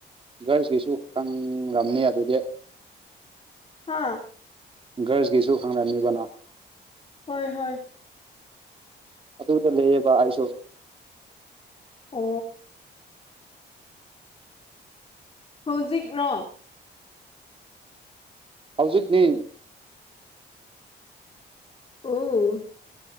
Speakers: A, on the right (about 30°); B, on the left (about 30°).
A: ꯚꯔꯁꯀꯤꯁꯨ ꯈꯪꯅꯤ ꯑꯗꯨꯗꯤ
B: ꯍꯥꯥ
A: ꯒ꯭ꯔꯔꯁꯀꯤꯁꯨ ꯈꯪꯅꯝꯃꯤꯕꯅꯣ
B: ꯍꯣꯏ ꯍꯣꯏ
A: ꯑꯗꯨꯗ ꯂꯩꯌꯦꯕ ꯑꯩꯁꯨ
B: ꯑ ꯍꯧꯖꯤꯛ ꯔꯣ
A: ꯍꯧꯖꯤꯛꯅꯤ
B: ꯑꯣ